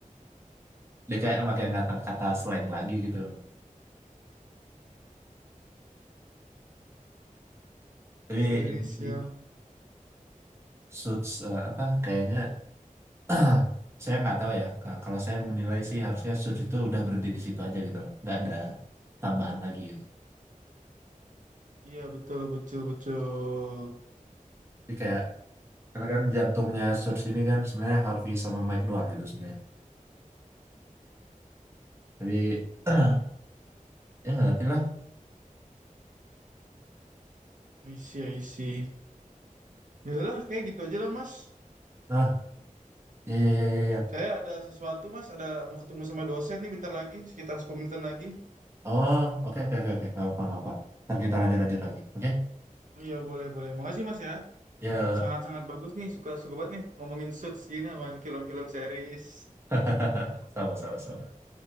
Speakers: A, on the right; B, on the right.
A: dia kayak pakai kata-kata slang lagi gitu tapi
B: Series
A: ini sih,
B: yang
A: suits eh, apa kayaknya <clears throat> saya nggak tahu ya Ka- kalau saya menilai sih harusnya Suits itu udah berhenti di situ aja gitu loh nggak ada tambahan lagi gitu
B: iya betul betul betul.
A: jadi kayak karena kan jantungnya Suits ini kan sebenarnya Harvey sama Mike doang gitu sebenarnya tapi <clears throat> ya nggak ngerti lah
B: I see I see. Yaudahlah kayak gitu aja lah Mas.
A: ah ya ya ya ya ya
B: Saya ada sesuatu Mas, ada mau ketemu sama dosen nih bentar lagi, sekitar 10 menitan lagi.
A: oh oke oke oke oke nggak apa nggak apa ntar kita lanjut lanjut lagi oke
B: Iya boleh boleh. Makasih Mas ya.
A: ya
B: Sangat-sangat bagus nih, suka suka banget nih ngomongin suits gini, ngomongin film-film series.
A: <laughs> sama sama sama